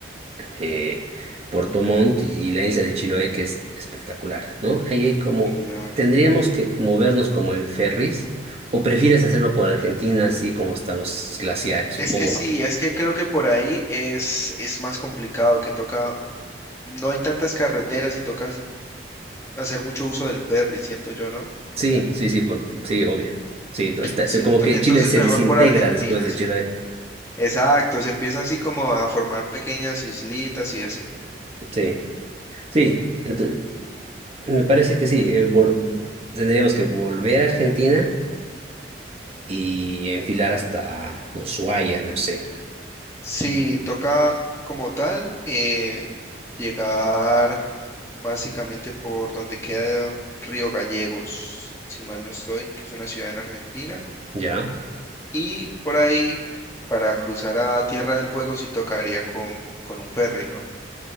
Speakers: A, on the right; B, on the left.
A: eh, Puerto Montt y la isla de Chiloé, que es espectacular, ¿no? Ahí hay como,
B: claro.
A: tendríamos que movernos como en ferries, o prefieres hacerlo por Argentina, así como hasta los glaciares,
B: Es
A: o
B: que sí, es que creo que por ahí es, es más complicado, que toca, no hay tantas carreteras y toca hacer mucho uso del ferry, siento yo, ¿no?
A: Sí, sí, sí, por- sí, obvio. Sí, todo está,
B: Siento,
A: se- como que
B: entonces
A: Chile se
B: mejor
A: desintegra
B: por Argentina,
A: después de
B: sí.
A: Chile.
B: Exacto, se empieza así como a formar pequeñas islitas y así.
A: Sí, sí. Entonces, me parece que sí. eh, vol- tendríamos que volver a Argentina y enfilar hasta Ushuaia, no sé.
B: Sí, toca como tal eh, llegar básicamente por donde queda Río Gallegos, si mal no estoy, que es una ciudad en Argentina.
A: ¿Ya?
B: Y por ahí, para cruzar a Tierra del Fuego, sí tocaría con, con un ferry, ¿no?